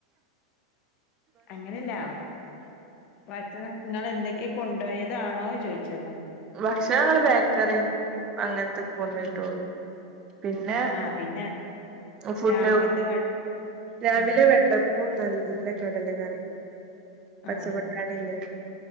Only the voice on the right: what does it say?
ഭക്ഷണം ഞങ്ങൾ ബേക്കറിയും അങ്ങനെത്ത കൊണ്ടോയിട്ടുള്ളു
പിന്നെ
ഫുഡ്
രാവിലെ
വെള്ളപ്പം ഉണ്ടായിരുന്നു ഇല്ല കടലക്കറി പച്ച
പട്ടാണില്ലേ